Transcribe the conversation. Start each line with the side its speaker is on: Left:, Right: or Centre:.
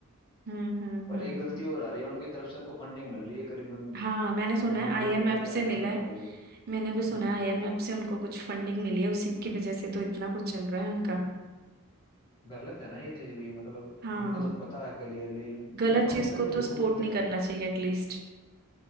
Right: हम्म हम्म
Left: पर
Right: हम्म
Left: एक गलती और आ रही है उनकी तरफ से उनको फंडिंग मिल रही है करीबन
Right: हाँ मैंने सुना
Left: दो
Right: है
Left: मिलियन
Right: आईएमएफ
Left: के वगैरह
Right: से
Left: की
Right: मिला
Left: फंडिंग
Right: है
Left: मिल गई
Right: मैंने भी सुना
Left: हम्म
Right: है आईएमएफ से उनको कुछ फंडिंग मिली है उसी की वजह से तो इतना कुछ चल रहा है उनका
Left: गलत है ना ये चीज भी मतलब
Right: हाँ
Left: उनको जब पता है क्लियरली
Right: गलत
Left: फिर पाकिस्तान
Right: चीज को
Left: भी
Right: तो
Left: झूठ
Right: सपोर्ट
Left: बोल के
Right: नहीं
Left: ले
Right: करना
Left: रहा
Right: चाहिए एटलीस्ट